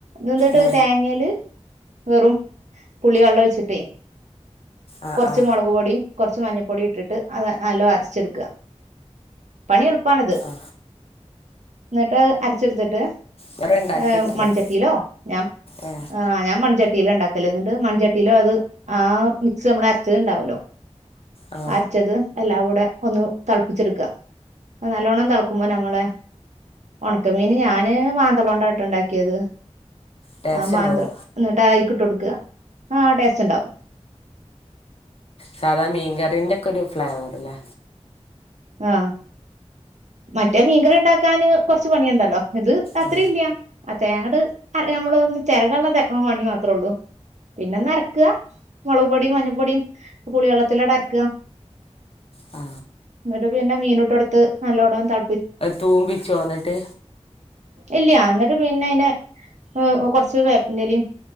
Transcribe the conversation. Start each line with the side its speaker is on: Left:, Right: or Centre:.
Right: ത് എന്തോട്ട്
Left: ഏ
Right: തേങ്ങേല് വെറും പുളി വെള്ളം ഒഴിച്ചിട്ടേ
Left: ആ
Right: കൊറച്ച്
Left: ആ
Right: മൊളക് പൊടിയും കുറച്ച് മഞ്ഞപ്പൊടി ഇട്ടിട്ട് അത് നല്ലോ അരച്ചെടുക്കുക പണി എളുപ്പാണിത്
Left: ആ
Right: എന്നിട്ട് അരച്ചെടുത്തിട്ട്
Left: വേറെ ഉണ്ടാക്കി
Right: ഏ്
Left: നോക്കിയാണ്
Right: മൺചട്ടിയിലോ ഞാൻ
Left: ഏ
Right: ആ ഞാൻ മൺചട്ടി ചട്ടില ഇണ്ടാക്കല് എന്നിണ്ട് മൺചട്ടിയില് അത് ആ മിക്സ് നമ്മൾ അരച്ചത് ഉണ്ടാവല്ലോ
Left: ആ
Right: അരച്ചത്എല്ലാം കൂ ടെ ഒന്ന് തെളപ്പിച്ചെടുക്കുക നല്ലോണം തെളക്കുമ്പോ നമ്മളെ ഒണക്കമീന് ഞാന് മാന്തളൊണ്ടാ ണ്ടാക്കിയത്
Left: ടേസ്റ്റ്
Right: ആ മാന്തൾ
Left: ഉണ്ടാവോ
Right: എന്നിട്ട് ആയിക്കിട്ട് കൊടുക്കുക ആ ടേസ്റ്റ് ഉണ്ടാവും
Left: സാധാ മീൻകറിന്റെ ഒരു ഫ്ലൈവറ് ല്ലെ?
Right: ആ മറ്റേ മീൻകറി ഉണ്ടാക്കാന് കൊറച്ച് പണിയുണ്ടല്ലോ ഇത് അത്ര
Left: ആ
Right: ഇല്ല തേങ്ങ അങ്ങട് നമ്മൾ ഒന്ന് തെരകാനുള്ള പണി മാത്രേ ഉള്ളു പിന്നൊന്ന് അരയ്ക്കുക മുളക് പൊടിയും മഞ്ഞൾപ്പൊടിയും പുളി വെള്ളത്തിലോടെ അരക്കുക
Left: ആ
Right: എന്നിട്ട് പിന്നെ മീനുട്ട് കൊടുത്ത് നല്ലോണം തെ
Left: തൂമ്പിച്ചുവോ എന്നിട്ട്
Right: ഇല്ല എന്നിട്ട് പിന്നെ അയിന് കൊറച്ച് വേപ്പിന്റെലയും